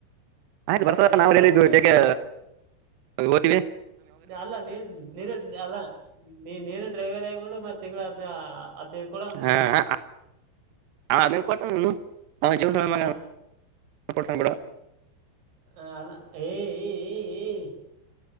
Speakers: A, on the right (about 75°); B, on the right (about 90°).
A: ಆಯ್ತು
B: ಮತ್ತೆ
A: ಬರ್ತಾರ ನಾವ್್ರ ಹೇಳಿದ್ದುಗೆ
B: ಅದು ಏನ
A: ಹಗ ಬ ಇವೆ
B: ಅಲ್ಲ ನೀ ನೀರು ಅಲ್ಲ ನೀ ನೀರು ಡ್ರೈವರ್ಬ ಮತ್ತ ತಿಂಗಳ ಹದ್ನೈದು ಕೊಡು ಅಂದ್ಬಿಡು
A: ಹ ಅದ ಕೊಟ್ಟ ಕಪ ಹ
B: ಆ
A: ಬಿಡ
B: ಹ ಅಲ್ಲ ಏ ಏ ಏ ಏ